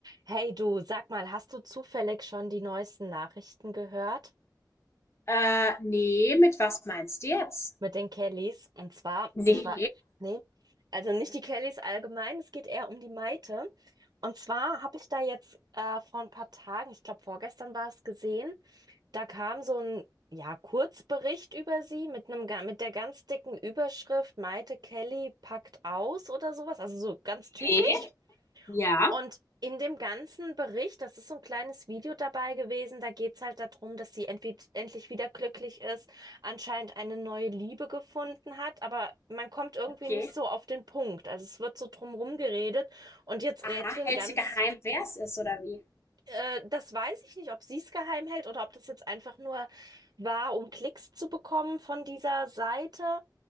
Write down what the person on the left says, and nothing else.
Äh, ne, mit was meinst du jetzt?
Ne.
Ne, ja.
Okay.
Aha,
hältst
du geheim, wer es ist oder wie?